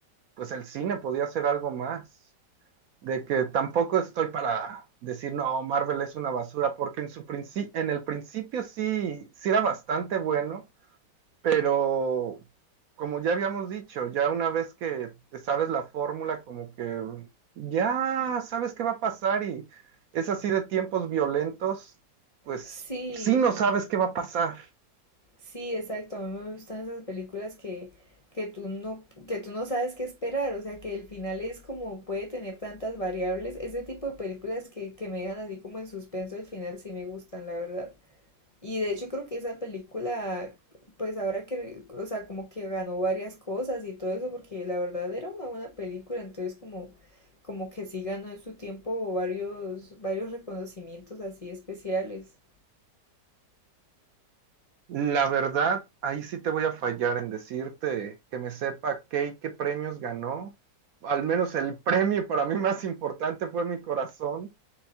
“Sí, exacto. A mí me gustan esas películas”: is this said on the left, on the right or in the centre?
Left